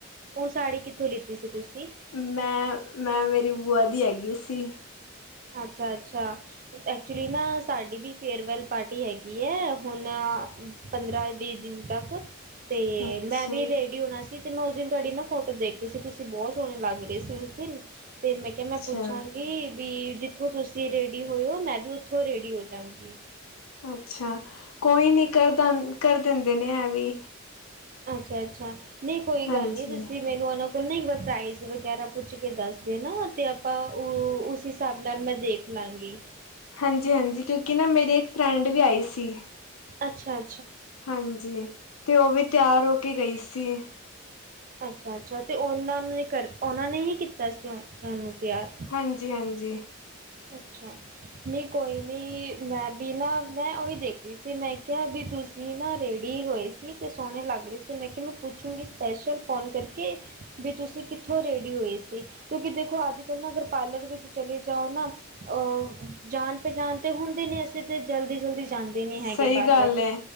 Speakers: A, on the right (about 40°); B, on the left (about 85°).
A: ਉਹ ਸਾੜੀ ਕਿੱਥੋਂ ਲਿੱਤੀ ਸੀ ਤੁਸੀਂ
B: ਮੈਂ ਮੈਂ ਮੇਰੀ ਬੂਆ ਦੀ ਹੈਗੀ ਸੀ
A: ਅੱਛਾ ਅੱਛਾ ਐਕਚੁਲੀ ਨਾ ਸਾਡੀ ਵੀ ਫੇਅਰਵੈਲ ਪਾਰਟੀ ਹੈਗੀ ਹੈ ਹੁਣ ਪੰਦਰਾਂ ਵੀਹ ਦਿਨ ਤੱਕ ਅਤੇ
B: ਅੱਛਾ
A: ਮੈਂ ਵੀ ਰੇਡੀ ਹੋਣਾ ਸੀ ਤੇ ਮੈਂ ਉਸ ਦਿਨ ਤੁਹਾਡੀ ਨਾ ਫੋਟੋ ਦੇਖੀ ਸੀ ਤੁਸੀਂ ਬਹੁਤ ਸੋਹਣੇ ਲੱਗ ਰਹੇ ਸੀ ਉਸ ਦਿਨ ਤੇ ਮੈਂ ਕਿਹਾ ਮੈਂ
B: ਅੱਛਾ
A: ਪੁੱਛਾਂਗੀ ਵੀ ਜਿੱਥੋਂ ਤੁਸੀਂ ਰੇਡੀ ਹੋਏਓ ਮੈਂ ਵੀ ਉੱਥੋਂ ਰੇਡੀ ਹੋ ਜਾਵਾਂਗੀ
B: ਅੱਛਾ ਕੋਈ ਨੀ ਕਰਦਾ ਕਰਦਾ ਦਿੰਨੇ ਨੇ ਹੈਂ ਵੀ
A: ਅੱਛਾ ਅੱਛਾ ਨਹੀਂ ਕੋਈ
B: ਹਾਂਜੀ,
A: ਗੱਲ ਨਹੀਂੀ ਤੁਸੀਂ ਮੈਨੂੰ ਉਹਨਾ ਲ ਇੱਕ ਵਾਰ ਪ੍ਰਾਈਜ਼ ਵਗੈਰਾ ਪੁੱਛ ਕੇ ਦੱਸਦੇ ਨਾ ਤੇ ਆਪਾਂ ਉਹ ਉਸ ਹਿਸਾਬ ਨਾਲ ਮੈਂ ਦੇਖ ਲਾਗੀ
B: ਹਾਂਜੀ ਹਾਂਜੀ ਕਿਉਂਕਿ ਨਾ ਮੇਰੀ ਇੱਕ ਫਰੈਂਡ ਵੀ ਆਈ ਸੀ
A: ਅੱਛਾ
B: ਹਾਂਜੀ ਤੇ ਉਹ ਵੀ ਤਿਆਰ ਹੋ ਕੇ ਗਈ ਸੀ ਕਿ
A: ਅੱਛਾ ਅੱਛਾ ਤੇ ਉਹਨਾਂ ਨੇ ਕਰ ਉਹਨਾਂ ਨੇ ਹੀ ਕੀਤਾ ਸੀ ਤਿਆਰ
B: ਹਾਂਜੀ ਹਾਂਜੀ
A: ਅੱਛਾ ਨਹੀਂ ਕੋਈ ਨਹੀਂ ਮੈਂ ਵੀ ਨਾ ਮੈਂ ਉਹੀ ਦੇਖ ਰਹੀ ਸੀ ਮੈਂ ਕਿਹਾ ਵੀ ਤੁਸੀਂ ਨਾ ਰੇਡੀ ਹੋਏ ਸੀ ਅਤੇ ਸੋਹਣੇ ਲੱਗ ਰਹੇ ਸੀ ਮੈਂ ਕਿਹਾ ਮੈਂ ਪੁੱਛੂੰਗੀ ਸਪੈਸ਼ਲ ਫੋਨ ਕਰਕੇ ਵੀ ਤੁਸੀਂ ਕਿੱਥੋਂ ਰੇਡੀ ਹੋਏ ਸੀ ਕਿਉਂਕਿ ਦੇਖੋ ਅੱਜ ਕੱਲ੍ਹ ਨਾ ਅਗਰ ਪਾਰਲਰ ਵਿੱਚ ਚਲੇ ਜਾਓ ਨਾ ਅਹ ਜਾਣ ਪਹਿਚਾਣ ਤੇ ਹੁੰਦੇ ਨੇ ਅਸੀੇ ਤੇ ਜਲਦੀ ਜਲਦੀ ਜਾਂਦੇ ਨੀ ਹੈਗੇ
B: ਸਹੀ
A: ਪਾਰਲਰ
B: ਗੱਲ ਏ।